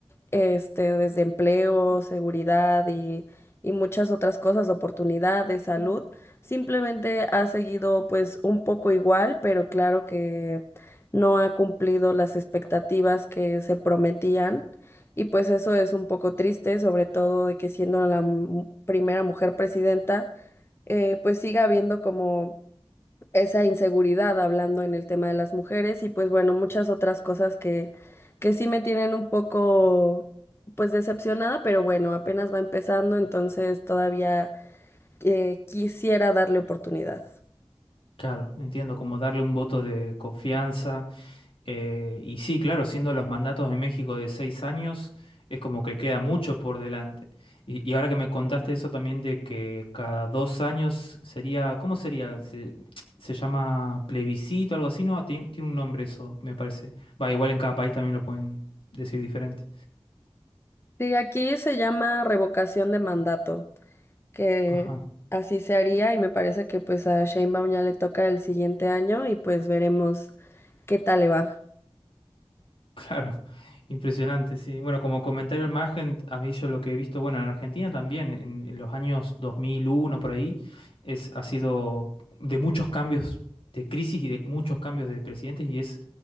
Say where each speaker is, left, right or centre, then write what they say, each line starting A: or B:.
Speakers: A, on the left; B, on the left.
A: este, desde empleo, seguridad y, y muchas otras cosas, oportunidades, salud. Simplemente ha seguido pues un poco igual, pero claro que no ha cumplido las expectativas que se prometían. Y pues eso es un poco triste, sobre todo de que siendo la mu- primera mujer presidenta, eh, pues siga habiendo como esa inseguridad hablando en el tema de las mujeres y pues bueno, muchas otras cosas que, que sí me tienen un poco pues decepcionada, pero bueno, apenas va empezando, entonces todavía eh, quisiera darle oportunidad.
B: Claro, entiendo, como darle un voto de confianza. Eh, y sí, claro, siendo los mandatos de México de seis años, es como que queda mucho por delante. Y, y ahora que me contaste eso también de que cada dos años sería, ¿cómo sería? Se, se llama plebiscito, algo así, ¿no? Tien- Tiene, un nombre eso, me parece. Va, igual en cada país también lo pueden decir diferente.
A: Sí, aquí se llama revocación de mandato, que
B: Ajá.
A: así se haría y me parece que pues a Sheinbaum ya le toca el siguiente año y pues veremos qué tal le va.
B: <laughs> Claro, impresionante, sí. Bueno, como comentario al margen, a mí yo lo que he visto, bueno, en Argentina también, en, en los años 2001 por ahí, es, ha sido de muchos cambios de crisis y de muchos cambios de presidentes y es